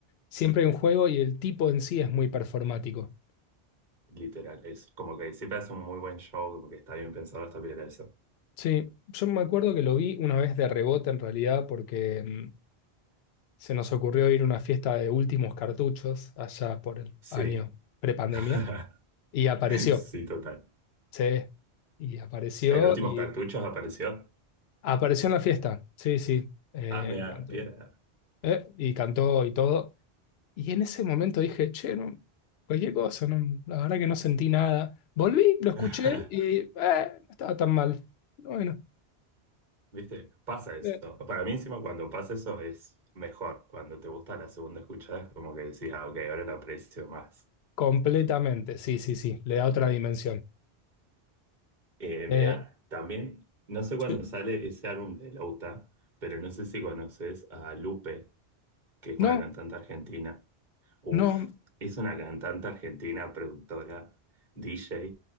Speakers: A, on the left; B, on the right.
A: siempre hay un juego y el tipo en sí es muy performático.
B: Literal, es como que siempre hace un muy buen show, como que está bien pensado, está bien eso.
A: Sí, yo me acuerdo que lo vi una vez de rebote en realidad porque mm, se nos ocurrió ir a una fiesta de últimos cartuchos allá por el
B: Sí,
A: año prepandemia
B: <laughs>
A: y apareció,
B: sí, total.
A: sí, y apareció
B: En últimos
A: y
B: cartuchos apareció.
A: apareció en la fiesta, sí, sí, eh,
B: Ah, mira,
A: cantó,
B: piedra.
A: eh, y cantó y todo. Y en ese momento dije, che, no, cualquier cosa, no, la verdad que no sentí nada. Volví, lo
B: <laughs>
A: escuché y eh, no estaba tan mal. Bueno,
B: ¿Viste? Pasa eso.
A: eh,
B: Para mí encima cuando pasa eso es mejor. Cuando te gusta la segunda escuchada es como que decís, ah, ok, ahora lo aprecio más.
A: completamente, sí, sí, sí, le da otra dimensión.
B: Eh, mira,
A: Eh,
B: también, no sé cuándo
A: sí.
B: sale ese álbum de Lauta, pero no sé si conoces a Lupe, que es una
A: No,
B: cantante argentina. Uf,
A: no,
B: es una cantante argentina, productora, DJ.